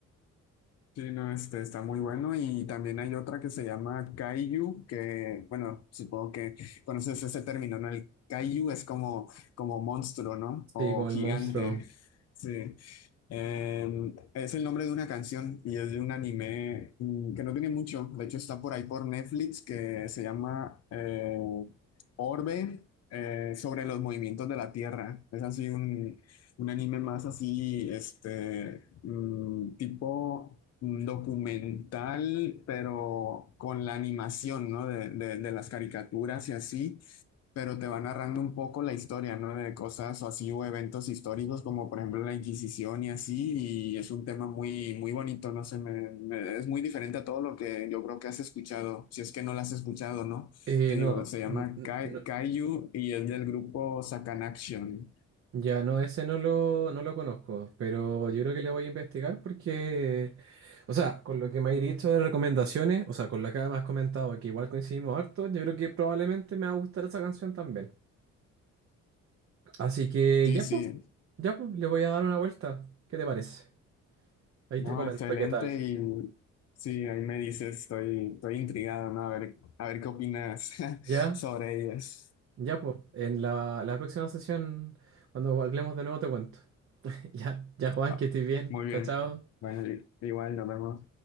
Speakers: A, on the left; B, on the right.
A: Sí, no, este está muy bueno y también hay otra que se llama Kaiju, que bueno, supongo que conoces ese término, ¿no? El Kaiju es como, como monstruo, ¿no? O
B: Sí, como el
A: gigante.
B: monstruo.
A: Sí. Eh, es el nombre de una canción y es de un anime mm, que no tiene mucho, de hecho está por ahí por Netflix que se llama eh, Orbe eh, sobre los movimientos de la Tierra. Es así un anime más así, este, mm, tipo mm, documental, pero con la animación, ¿no? De, de- de las caricaturas y así, pero te va narrando un poco la historia, ¿no? De cosas o así, o eventos históricos, como por ejemplo la Inquisición y así, y es un tema muy, muy bonito, no sé, me- me- es muy diferente a todo lo que yo creo que has escuchado, si es que no lo has escuchado, ¿no?
B: Eh,
A: Te
B: no,
A: digo, se llama
B: n- n-
A: Kai,
B: no,
A: Kaiju y es del grupo Sakanaction.
B: ya no, ese no lo, no lo conozco, pero yo creo que le voy a investigar porque, o sea, con lo que me has dicho de recomendaciones, o sea, con lo que además has comentado, que igual coincidimos harto, yo creo que probablemente me va a gustar esa canción también. Así que
A: Sí,
B: ya
A: sí.
B: pues, ya pues, le voy a dar una vuelta. ¿Qué te parece? Ahí
A: No,
B: te comento
A: excelente.
B: qué tal.
A: Y sí, ahí me dices, estoy, estoy intrigado, ¿no? A ver, a ver qué opinas <laughs>
B: Ya,
A: sobre ellas.
B: ya pues, en la, la próxima sesión, cuando hablemos de nuevo, te cuento. <laughs> Ya, ya Juan,
A: Va,
B: que estés bien.
A: muy bien.
B: Chao, chao.
A: Bueno, i- igual nos vemos.